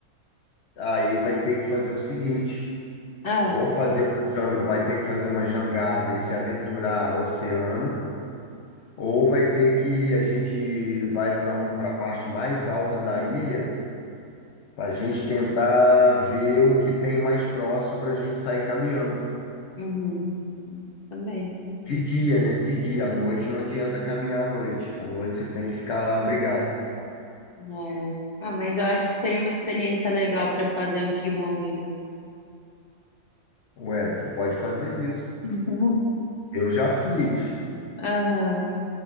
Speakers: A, on the left; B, on the left.
A: aí vai ter que fazer o seguinte,
B: Ah,
A: ou fazer uma janga, vai ter que fazer uma jangada e se aventurar ao oceano Ou vai ter que a gente vai para a parte mais alta da ilha para a gente tentar ver o que tem mais próximo para a gente sair caminhando.
B: uhum. Também.
A: De dia, né? De dia. À noite não adianta caminhar à noite. À noite você tem que ficar abrigado.
B: É. Ah, mas eu acho que seria uma experiência legal para fazer antes de morrer. viu?
A: Ué, tu pode fazer isso.
B: Uhum.
A: Eu já fiz,
B: Aham.